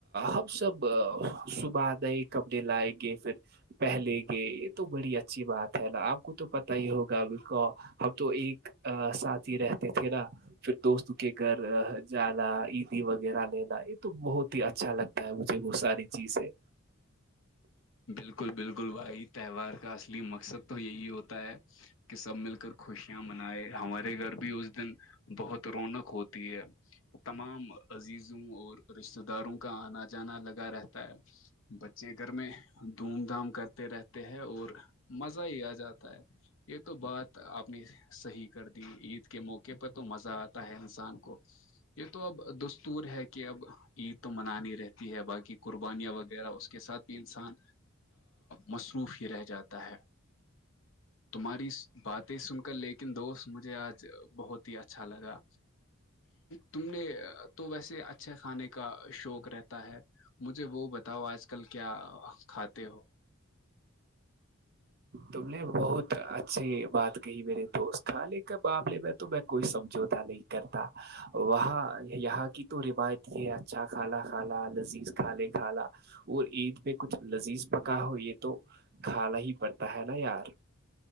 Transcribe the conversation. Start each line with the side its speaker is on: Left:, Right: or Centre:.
Right: ہم سب صبح نئے کپڑے لائے گے پھر پہلے گئے یہ تو بڑی اچھی بات ہے نا اب کو تو پتا ہی ہوگا ا ہم کو ہم تو ایک ساتھ ہی رہتے تھے نا پھر دوست کے گھر جانا عیدی وغیرہ لینا یہ تو بہت ہی اچھا لگتا مجھے وہ ساری چیزیں ہے
Left: بالکل بالکل بھائی تہوار کا اصلی مقصد تو یہی ہوتا ہے کہ سب مل کر خوشیاں منائے ہمارے گھر بھی اس دن بہت رونق ہوتی ہے تمام عزیزوں اور رشتتے داروں کا آنا جانا لگا رہتا ہے بچے گھر میں دھوم دھام کرتے رہتے ہیں اور مزہ ہی آ جاتا ہے یہ تو بات آپنے صحیح کر دی عید کے موقع پر تو مزہ آتا ہے انسان کو یہ تو اب دستور ہے کہ اب عید تو منانی رہتی ہے باقی قربانیاں و وغیر اس کے ساتھ بھی انسان مصروف ہی رہ جاتا ہے تمہاری باتیں سن کر لیکن دوست مجھے آج بہت ہی اچھا لگا تم نے تو ویسے اچھا کھانے کا شوق رہتا ہے مجھے وہ بتا بتاؤ آج کل کیا کھاتے ہو
Right: تم نے بہت اچھی بات کہی میرے تو اس کھانے کے معاملے میں تو میں کوئی سمجھوتا نہیں کرتا وہاں یہاں کی تو روایت یہ اچھا کھالا کھالا لذیذ کھا لے کھالا وہ عید پہ کچھ لذیذ پکا ہو یہ تو کھانا ہی پڑتا ہے نا یار